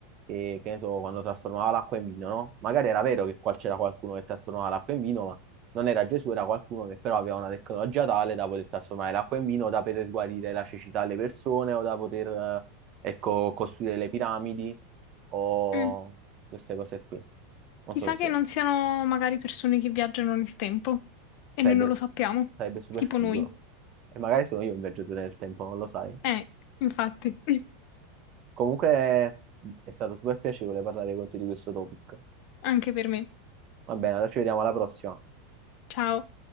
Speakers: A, on the right; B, on the left.
A: che, che ne so, quando trasformava l'acqua in vino, no? Magari era vero che qua c'era qualcuno che trasformava l'acqua in vino, ma non era Gesù, era qualcuno che però aveva una tecnologia tale da poter trasformare l'acqua in vino, da poter guarire la cecità alle persone o da poter, eh, ecco, costruire le piramidi o
B: mm.
A: queste cose qui. Non
B: Chissà
A: so se...
B: che non siano magari persone che viaggiano nel tempo e noi
A: Sarebbe,
B: non lo sappiamo,
A: sarebbe super
B: tipo
A: figo.
B: noi.
A: E magari sono io un viaggiatore nel tempo, non lo sai.
B: Eh, infatti,
A: Comunque è stato super piacevole parlare con te di questo topic.
B: <laughs> anche per me.
A: Va bene, allora ci vediamo alla prossima.
B: Ciao.